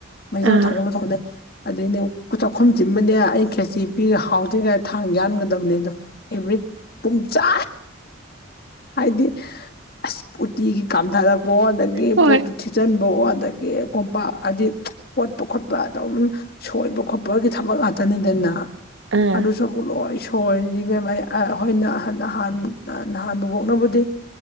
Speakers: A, on the left; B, on the right.
A: ꯃꯩꯖꯥꯎ
B: ꯑꯥ
A: ꯊꯥꯒꯠꯂꯊꯣꯛꯂꯦ ꯑꯗꯗꯒꯤꯅꯦ ꯑꯈꯨꯝ ꯁꯤꯤꯟꯕꯅꯦ ꯑꯩ ꯈꯦꯁꯤ ꯄꯤꯔꯒ ꯍꯥꯎꯗ꯭ꯔꯤꯒ ꯊꯥꯡ ꯌꯥꯟꯒꯗꯕꯅꯦ ꯑꯗꯣ ꯑꯦꯚ꯭ꯔꯤ ꯄ ꯍꯥꯏꯗꯤ ꯑꯁ ꯎꯇꯤꯒꯤ ꯀꯥꯝꯊꯔꯛꯄꯣ ꯑꯗꯒꯤ
B: ꯍꯣꯏ
A: ꯄꯣꯠꯇꯨ ꯊꯤꯠꯆꯟꯕ ꯑꯗꯒꯤ ꯀꯣꯝꯄꯥꯛ ꯍꯥꯏꯗꯤ ꯀꯣꯠꯄ ꯈꯣꯠꯄ ꯑꯗꯨꯝ ꯁꯣꯏꯕ ꯈꯣꯠꯄꯒꯤ ꯊꯕꯛ ꯉꯥꯛꯇꯅꯤꯗꯅ
B: ꯑꯥ
A: ꯑꯗꯨꯁꯨ ꯑꯃꯨꯛ ꯂꯣꯏ ꯁꯣꯏꯔꯤꯅꯤꯦꯝ ꯑꯩꯈꯣꯏꯅ ꯅꯍꯥꯟ ꯅꯍꯥꯟꯕꯨꯕꯣꯛꯅꯕꯨꯗꯤ